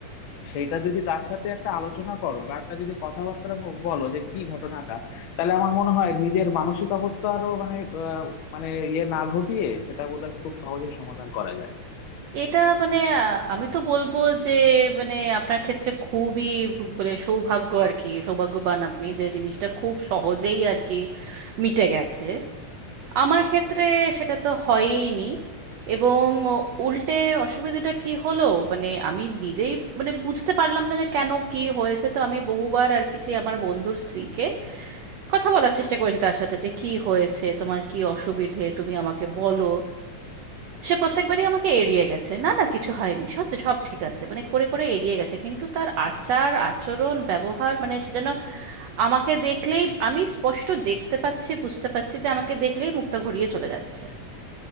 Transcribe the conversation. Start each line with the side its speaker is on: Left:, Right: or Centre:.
Left: সেইটা যদি তার সাথে একটা আলোচনা করো বা একটা যদি কথাবার্তা ব- বলো যে কি ঘটনাটা তাহলে আমার মনে হয় নিজের মানসিক অবস্থারও মানে আহ, মানে ইয়ে না ঘটিয়ে সেটা বোধহয় খুব সহজেই সমাধান করা যায়
Right: এটা মানে আ- আমি তো বলবো যে মানে আপনার ক্ষেত্রে খুবই মানে সৌভাগ্য আর কি সৌভাগ্যবান আপনি যে জিনিসটা খুব সহজেই আর কি মিটে গেছে আমার ক্ষেত্রে সেটা তো হয়ইনি এবং উল্টে অসুবিধাটা কি হলো মানে আমি নিজেই মানে বুঝতে পারলাম না যে কেন কি হয়েছে তো আমি বহুবার আর কি সেই আমার বন্ধুর স্ত্রীকে কথা বলার চেষ্টা করেছি তার সাথে যে কি হয়েছে তোমার কি অসুবিধে তুমি আমাকে বলো সে প্রত্যেকবারই আমাকে এড়িয়ে গেছে না না কিছু হয়নি সব সব ঠিক আছে মানে করে করে এড়িয়ে গেছে কিন্তু তার আচার আচরণ ব্যবহার মানে সে যেন আমাকে দেখলেই আমি স্পষ্ট দেখতে পাচ্ছি বুঝতে পারছি যে আমাকে দেখলেই মুখটা ঘুরিয়ে চলে যাচ্ছে